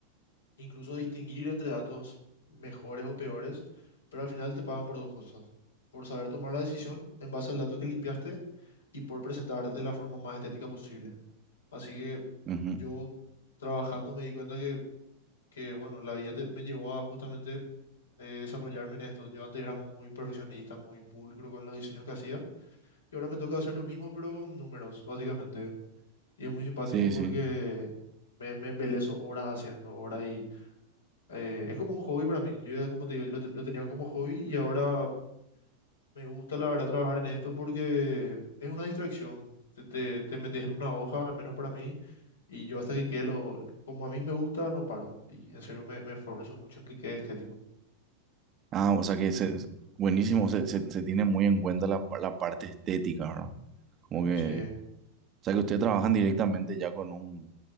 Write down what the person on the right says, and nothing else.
Ujú.
Sí,
sí.
Ah, o sea que se- es buenísimo, se, se- se tiene muy en cuenta la, pa- la parte estética, ¿verdad? Como que,
o sea que ustedes trabajan directamente ya con un,